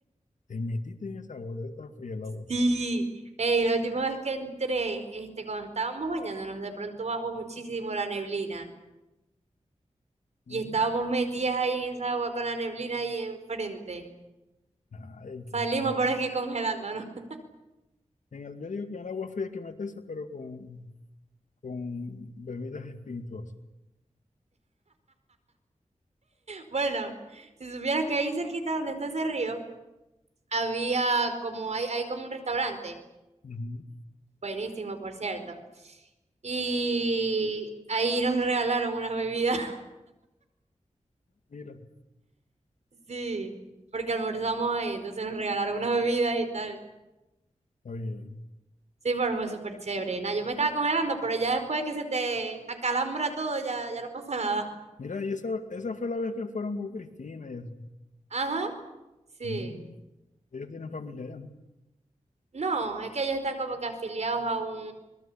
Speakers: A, on the left (about 80°); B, on the right (about 65°).
A: Te metiste en esa agua, debe estar fría el agua.
B: Sí, ey, la última vez que entré, este, cuando estábamos bañándonos, de pronto bajó muchísimo la neblina
A: Mm,
B: y estábamos metidas ahí en esa agua con la neblina ahí enfrente.
A: Ay,
B: Salimos,
A: qué rico.
B: pero es que congelándonos. <laughs>
A: En el- yo digo que en el agua fría hay que meterse, pero con, con bebidas espirituosas.
B: Bueno, si supieras que ahí cerquita donde está ese río, había como, hay, hay como un restaurante,
A: Ujú.
B: buenísimo, por cierto. Y ahí nos regalaron unas bebidas,
A: Mira,
B: <laughs> sí, porque almorzamos ahí, entonces nos regalaron unas bebidas y tal.
A: está bien.
B: Sí, pero fue súper chévere. Nah, yo me estaba congelando, pero ya después que se te acalambra todo, ya, ya no pasa nada.
A: Mira, y esa, esa fue la vez que fueron con Cristina y eso.
B: Ajá, sí.
A: Mm, Ellos tienen familia allá, ¿no?
B: No, es que ellos están como que afiliados a un,